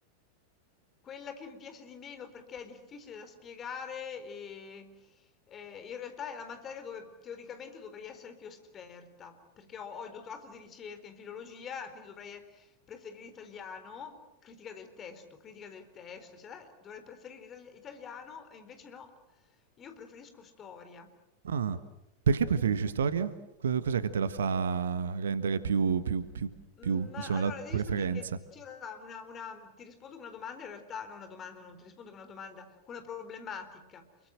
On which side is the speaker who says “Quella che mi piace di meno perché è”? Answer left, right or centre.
Left